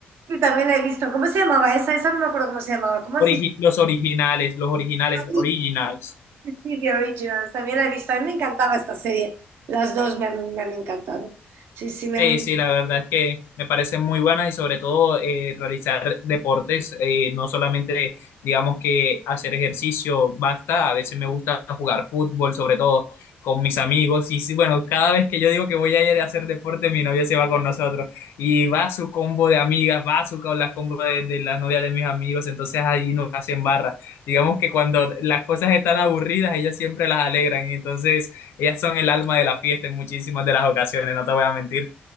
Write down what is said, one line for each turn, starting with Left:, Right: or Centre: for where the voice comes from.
Right: sí, también la he visto. ¿Cómo se llamaba esa? Esa no me acuerdo cómo se llamaba. ¿Cómo
Left: Origi-
Right: has dicho?
Left: los originales, los originales,
Right: Sí,
Left: originals.
Right: sí, sí, The Originals. También la he visto. A mí me encantaba esta serie. Las dos me han, me han encantado. Sí, sí, me
Left: Sí,
Right: han...
Left: sí, la verdad es que me parecen muy buenas y sobre todo eh, realizar deportes, eh, no solamente digamos que hacer ejercicio basta, a veces me gusta jugar fútbol, sobre todo con mis amigos y sí, bueno, cada vez que yo digo que voy a ir a hacer deporte, mi novia se va con nosotros y va su combo de amigas, va su con las combo de, de las novias de mis amigos, entonces ahí nos hacen barra. Digamos que cuando las cosas están aburridas, ellas siempre las alegran y entonces ellas son el alma de la fiesta en muchísimas de las ocasiones, no te voy a mentir.